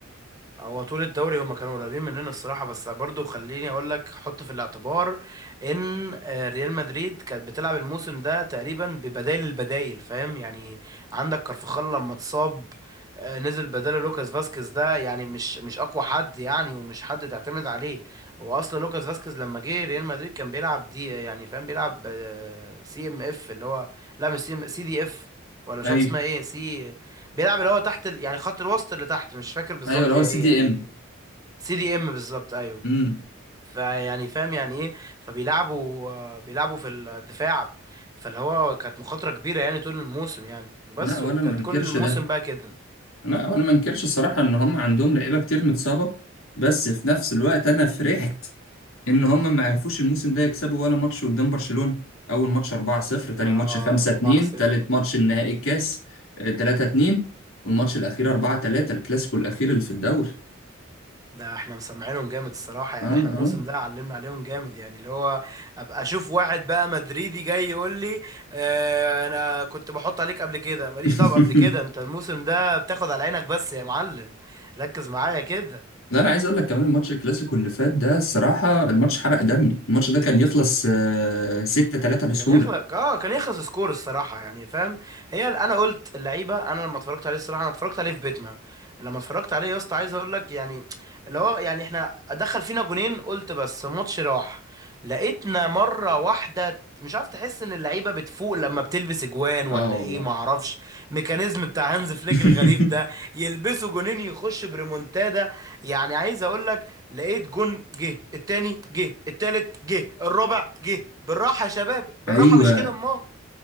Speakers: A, on the right; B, on the left.
A: هو طول الدوري هما كانوا قريبين مننا الصراحه بس برضو خليني اقول لك حط في الاعتبار ان آه، ريال مدريد كانت بتلعب الموسم ده تقريبا ببدائل البدائل فاهم يعني عندك كارفخال لما اتصاب آه، نزل بداله لوكاس فاسكيز ده يعني مش مش اقوى حد يعني ومش حد تعتمد عليه هو اصلا لوكاس فاسكيز لما جه ريال مدريد كان بيلعب دي آه، يعني فاهم بيلعب آه، سي ام اف اللي هو لا مش سي دي اف ولا مش
B: ايوه
A: عارف اسمها ايه سي بيلعب اللي هو تحت ال... يعني خط الوسط اللي تحت مش فاكر بالظبط
B: ايوه اللي
A: هي
B: هو سي
A: ايه
B: دي
A: يعني
B: ام
A: سي دي ام بالظبط ايوه
B: امم
A: فيعني فاهم يعني ايه فبيلعبوا آه، بيلعبوا في الدفاع فاللي هو كانت مخاطرة كبيرة يعني طول الموسم يعني وبس
B: لا وانا
A: وكانت
B: ما انكرش
A: كل الموسم
B: ده
A: بقى كده
B: لا وانا ما انكرش الصراحة ان هم عندهم لعيبة كتير متصابة بس في نفس الوقت انا فرحت ان هم ما عرفوش الموسم ده يكسبوا ولا ماتش قدام برشلونة اول ماتش 4-0 تاني
A: اه
B: ماتش 5-2
A: 4-0
B: تالت ماتش النهائي الكاس آه، 3-2 والماتش الاخير 4-3 الكلاسيكو الاخير اللي في الدوري
A: ده احنا مسمعينهم جامد الصراحة يعني
B: اه
A: احنا الموسم
B: اه
A: ده علمنا عليهم جامد يعني اللي هو ابقى اشوف واحد بقى مدريدي جاي يقول لي اه انا كنت بحط عليك قبل كده ماليش
B: <laughs>
A: دعوة قبل كده انت الموسم ده بتاخد على عينك بس يا معلم ركز معايا كده
B: لا انا عايز اقول لك كمان الماتش الكلاسيكو اللي فات ده الصراحة الماتش حرق دمي الماتش ده كان يخلص آه، 6-3 بسهولة
A: كان يخلق اه كان يخلص سكور الصراحه يعني فاهم هي ال- انا قلت اللعيبه انا لما اتفرجت عليه الصراحه انا اتفرجت عليه في بيتنا لما اتفرجت عليه يا اسطى عايز اقول لك يعني اللي هو يعني احنا دخل فينا جونين قلت بس ماتش راح لقيتنا مره واحده مش عارف تحس ان اللعيبه بتفوق لما بتلبس اجوان ولا
B: اه والله
A: ايه ما اعرفش ميكانيزم بتاع هانز فليك
B: <laughs>
A: الغريب ده يلبسوا جونين يخش بريمونتادا يعني عايز اقول لك لقيت جون جه التاني جه التالت جه الرابع جه بالراحه يا شباب بالراحه
B: ايوه
A: مش كده امال